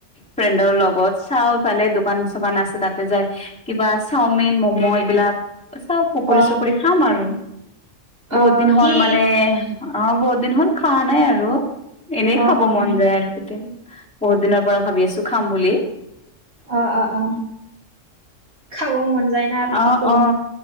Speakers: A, in the centre; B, on the right.
A: ফ্ৰেণ্ডৰ লগত চাওঁ ইফালে দোকান চোকান আছে তাতে যায় কিবা চাওমিন ম'ম' এইবিলাক চাও পখী
B: অ
A: চকৰি খাম আৰু, বহুত
B: অ
A: দিন হ'ল
B: কি
A: মান অ বহুত দিন হ'ল খোৱা নাই আৰু, এনেই
B: অ
A: খাব
B: অ
A: মন
B: অ
A: যায় আৰু কেতিয়াবা। বহুত দিনৰ পৰা ভাবি আছো খাম বুলি।
B: অ অ অ খাব মন যায় না আৰু
A: অ
B: কি কৰিম।
A: অ